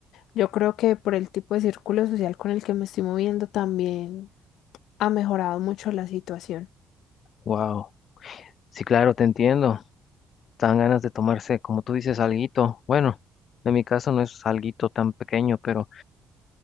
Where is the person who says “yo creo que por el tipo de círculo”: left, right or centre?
Left